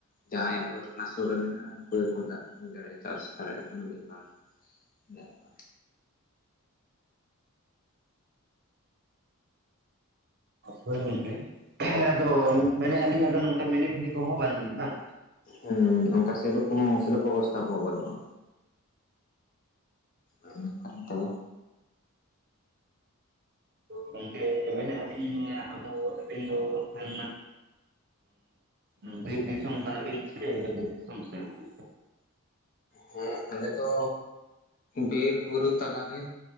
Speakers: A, on the left; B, on the right.
A: ᱡᱟᱦᱟᱸᱭᱟᱜ ᱵᱟᱹᱫᱽ ᱚᱱᱟ ᱥᱩᱨ ᱨᱮ ᱢᱮᱱᱟᱜᱼᱟ ᱩᱱᱠᱩ ᱜᱮᱠᱚ ᱫᱟᱜ ᱫᱟᱲᱮᱭᱟᱜᱼᱟ ᱪᱟᱥ ᱫᱟᱲᱮᱭᱟᱜ ᱠᱟᱱᱟ ᱢᱤᱫᱵᱟᱨ᱾ ᱧᱟᱢᱚᱜᱼᱟ᱾
B: ᱦᱳᱭ ᱜᱚᱝᱠᱮ ᱟᱫᱚ ᱢᱮᱱᱮᱫᱼᱟ ᱞᱤᱧ ᱟᱫᱚ ᱱᱚᱝᱠᱟ ᱢᱤᱱᱤ ᱯᱷᱤᱞᱤ ᱠᱚᱦᱚᱸ ᱵᱟᱹᱱᱩᱜ ᱟᱹᱱᱤᱡᱧ ᱵᱟᱝ,
A: ᱦᱮᱸ ᱚᱱᱠᱟ ᱥᱮᱞᱳ ᱠᱚᱦᱚᱸ ᱥᱮᱞᱳ ᱵᱮᱵᱚᱥᱛᱛᱟ ᱠᱚ ᱵᱟᱹᱱᱩᱜᱼᱟ᱾ ᱚᱱᱟ ᱠᱟᱨᱚᱱ ᱫᱚ,
B: ᱜᱚᱝᱠᱮ ᱢᱮᱱᱮᱫᱼᱟ ᱞᱤᱧ ᱟᱫᱚ ᱟᱵᱤᱱ ᱫᱚ ᱚᱲᱟᱜ ᱠᱷᱚᱱ, ᱮᱸᱜ ᱵᱤᱨ ᱫᱤᱥᱚᱢ ᱠᱟᱱᱟ ᱵᱤᱱ ᱥᱮ ᱵᱤᱞᱟᱹᱛ ᱫᱤᱥᱚᱢ ᱥᱮᱫ ᱠᱷᱚᱱ?
A: ᱦᱮᱸ ᱟᱞᱮ ᱫᱚ᱾ ᱵᱤᱨ ᱵᱩᱨᱩ ᱛᱟᱞᱟᱨᱮ